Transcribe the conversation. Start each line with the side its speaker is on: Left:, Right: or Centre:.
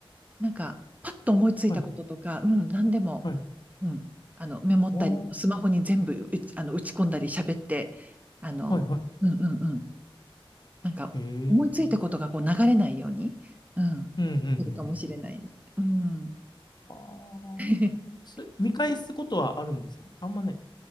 Right: なんか、パッと思いついたこととか、
Left: はい、
Right: うん、何でも、
Left: はい。
Right: うん。あの、メモったり、
Left: あー
Right: スマホに全部うち、あの、打ち込んだり喋って、あの、
Left: はい、はい。
Right: うんうんうん。なんか、
Left: ええ
Right: 思いついたことがこう流れないように、うん。
Left: うん、うん、
Right: いるかもしれないです。
Left: うん、
Right: うん。
Left: はあそれ、
Right: <laughs>
Left: 見返すことはあるんですかあんまない。